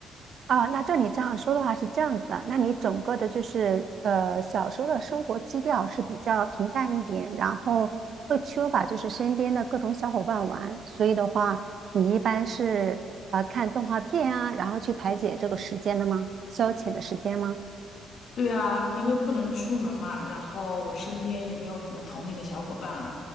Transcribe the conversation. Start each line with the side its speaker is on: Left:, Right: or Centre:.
Right: 啊，那照你这样说的话是这样子啊，那你整个的就是呃小时候的生活基调是比较平淡一点，然后会缺乏就是身边的各种小伙伴玩，所以的话，你一般是呃看动画片啊，然后去排解这个时间的吗？消遣的时间吗？
Left: 对啊，因为不能出门嘛，然后我身边也没有怎么同龄的小伙伴啊，